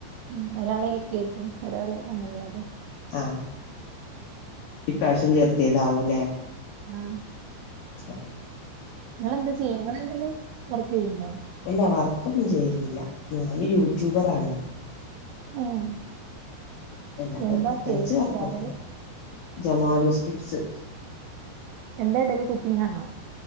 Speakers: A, on the right (about 85°); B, on the left (about 80°).
A: ഉം ഒരാള് എൽ കെ ജിം, ഒരാള് അംഗൽവാടി.
B: ആഹ് ഇപ്രാവശ്യം ചേർത്തിയതാവൂല്ലേ.
A: ആഹ്.
B: ആഹ്
A: ഇങ്ങെളെന്താ ചെയ്യ ഇങ്ങെളെന്തേലും വർക്കെയ്യ്ണ്ടോ?
B: ഇല്ലാ വർക്കൊന്നും ചെയ്യ്ന്നില്ല ഞാന് യൂട്യൂബറാണ്
A: ഏഹ്
B: പിന്നത്
A: എന്താ
B: പ്രത്യേകിച്ച്
A: പേര്
B: വർക്കൊന്നുല്ല
A: ചാനല്
B: ജമാലൂസ് ടിപ്സ്
A: എന്താ ഇടെല് കുക്കിംങ്ങാണോ